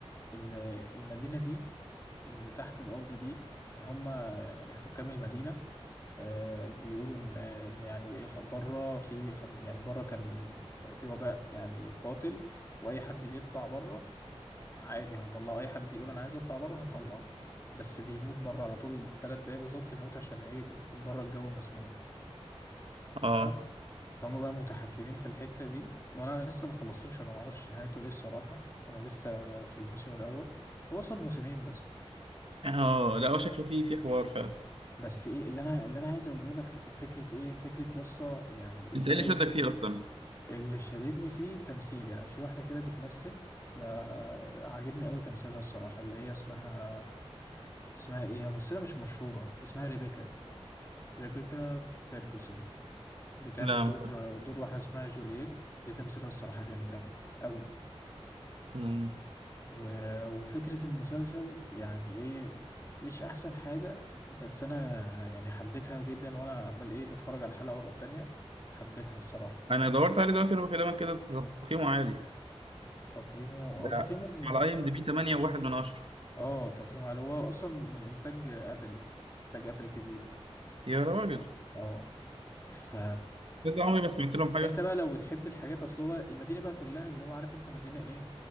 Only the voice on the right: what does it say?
اه
اه لا هو شكله فيه فيه حوار فعلا
انت ايه اللي شدك فيه اصلا؟
لا
مش عارف.
مم.
انا دورت عليه دلوقتي وانا بكلمك كده تقييمه عالي
لا
على اي ام دي بي 8 وواحد من عشرة
يا راجل
ده عمري ما سمعت لهم حاجة